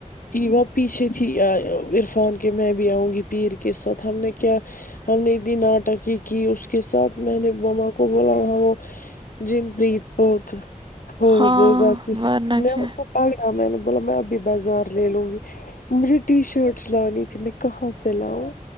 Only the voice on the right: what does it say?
ہاں
ورنہ
کیا